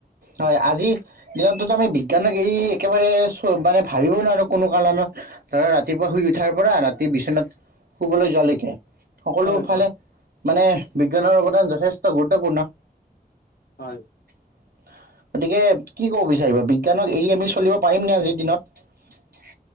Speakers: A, on the right; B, on the left.
A: হয়। আজিৰ দিনততো আমি বিজ্ঞানক এৰি একেবাৰে মানে ভাবিবই নোৱাৰো কোনো কাৰণত ৰাতিপুৱা শুই উঠাৰ পৰা ৰাতি বিচনাত শুবলৈ যোৱালৈকে। সকলো
B: হয়
A: ফালে
B: হয়
A: মানে বিজ্ঞানৰ অৱদান যথেষ্ট গুৰুত্বপূৰ্ণ।
B: হয়।
A: <unintelligible> গতিকে কি ক'ব বিচাৰিবা বিজ্ঞানক এৰি আমি চলিব পাৰিমনে আজিৰ দিনত